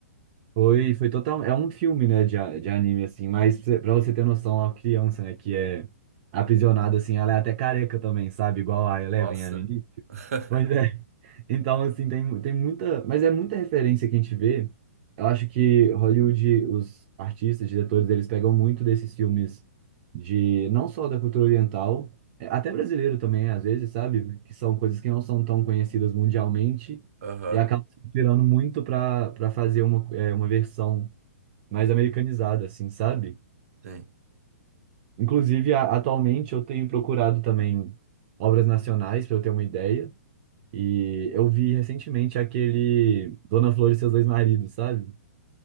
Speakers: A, on the right; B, on the right.
A: Foi, foi total. É um filme, né, de, a- de anime, assim, mas cê- pra você ter noção, a criança, né, que é aprisionada, assim, ela é até careca também, sabe? Igual a Eleven,
B: Nossa.
A: era no início.
B: <laughs>
A: Pois é. Então, assim, tem, tem muita. Mas é muita referência que a gente vê. Eu acho que Hollywood, os artistas, diretores, eles pegam muito desses filmes de. Não só da cultura oriental, é, até brasileiro também, às vezes, sabe? Que são coisas que não são tão conhecidas mundialmente
B: Aham,
A: e acabam se inspirando muito para para fazer uma, é, uma versão mais americanizada, assim, sabe?
B: sim.
A: Inclusive, a- atualmente, eu tenho procurado também obras nacionais, para eu ter uma ideia. E eu vi recentemente aquele Dona Flor e seus dois maridos, sabe?